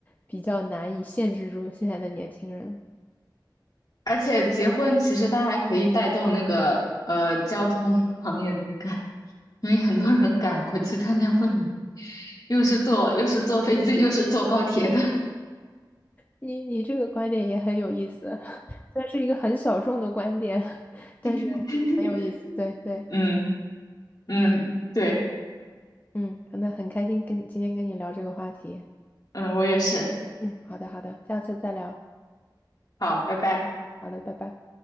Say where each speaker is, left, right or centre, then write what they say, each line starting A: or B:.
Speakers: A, on the left; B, on the left.
A: 比较难以限制住现在的年轻人。
B: 而且结婚其实它还可以带动那个呃交通 <laughs> 行业的一个，因为很多人赶回去参加婚礼，又是坐又是坐飞机又是坐高铁的。
A: 你你这个观点也很有意思，<laughs> 算是一个很小众的观点，<laughs> 但是
B: <laughs>
A: 很有意思。对对，
B: 嗯嗯，对，
A: 嗯，那很开心跟今天跟你聊这个话题。
B: 嗯，我也是。
A: 嗯，好的好的，下次再聊。
B: 好，拜拜。
A: 好的，拜拜。